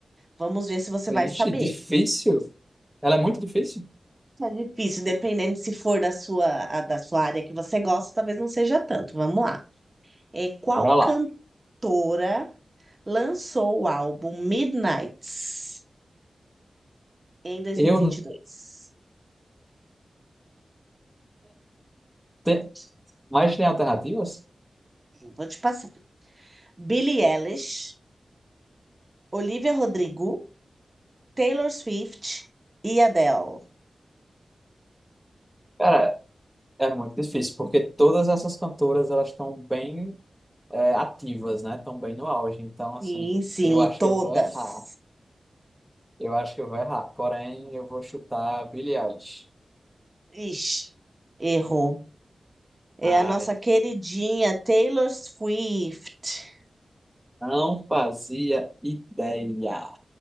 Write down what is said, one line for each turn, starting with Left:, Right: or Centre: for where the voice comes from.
Right: Vamos ver se você
Centre: Ixi,
Right: vai saber.
Centre: difícil. Ela é muito difícil?
Right: É difícil, dependendo se for da sua, a- da sua área que você gosta, talvez não seja tanto. Vamos lá. É, qual
Centre: Bora lá.
Right: cantora lançou o álbum Midnights em dois
Centre: Eu
Right: mil e vinte
Centre: não
Right: e dois?
Centre: tenho... Mas tem alternativas?
Right: Vou te passar. Billie Eilish, Olivia Rodrigo, Taylor Swift e Adele.
Centre: Cara, é muito difícil, porque todas essas cantoras, elas estão bem é, ativas, né? Estão bem no auge. Então, assim,
Right: Sim, sim,
Centre: eu acho
Right: todas.
Centre: que eu vou errar. Eu acho que eu vou errar. Porém, eu vou chutar Billie Eilish.
Right: Ixi, errou. É
Centre: Ai,
Right: a nossa queridinha Taylor Swift.
Centre: não fazia ideia.